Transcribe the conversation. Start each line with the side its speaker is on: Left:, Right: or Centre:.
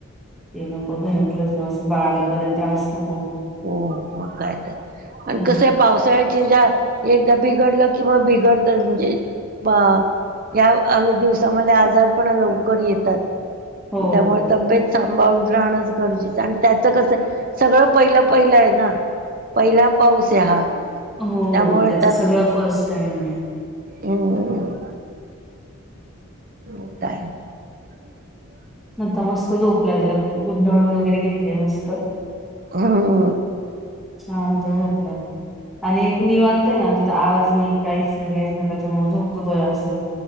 Centre: ये नको, घरातलं बस बाळाला परत त्रास नको.
Right: हो, मग काय तर आणि
Centre: हं.
Right: कसं आहे? पावसाळ्याची जात एकदा बिघडलं कि मग बिघडतचं म्हणजे पा या अंग दिवसामध्ये आजार पणा लवकरं येतात.
Centre: हो.
Right: त्यामुळे तब्येत सांभाळून राहणचं गरजेचं आहे आणि त्याचं कसं सगळं पहिलं पहिला आहे ना? पहिला पाऊस आहे हा.
Centre: हो,
Right: त्यामुळे
Centre: त्याचं सगळं फर्स्ट टाईम आहे.
Right: हम्म्म. मोठा हाय. क्या हुआ?
Centre: नग मस्त झोप लागेल ह्याला पुढं गुंडावळून वगैरे घेतले मस्त.
Right: अंह.
Centre: शांत झोपल्याय. आणि एक निवांताय आहे ना, आमच्या तर आवाज नाही, काहीच नाही, काहीच नाही त्याच्यामुळे झोपतो तो जास्त.